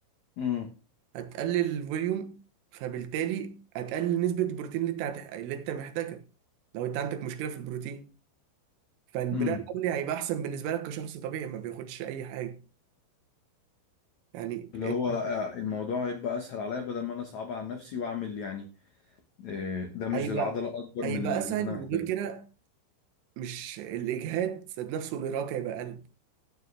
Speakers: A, on the left; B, on the right.
A: امم
B: هتقلل الفوليوم فبالتالي هتقلل نسبة البروتين اللي انت هت... اللي انت محتاجها لو انت عندك مشكلة في البروتين فالبناء
A: امم
B: العضلي هيبقى احسن بالنسبة لك كشخص طبيعي ما بياخدش اي حاجة يعني
A: اللي
B: ال-
A: هو آه، الموضوع هيبقى اسهل عليا بدل ما انا صعب على نفسي واعمل يعني آه، دامج
B: هيبقى
A: للعضله اكبر
B: هيبقى
A: من اللي
B: اسهل
A: انا محتاجه
B: وغير كده مش الاجهاد ذات نفسه الارهاق هيبقى اقل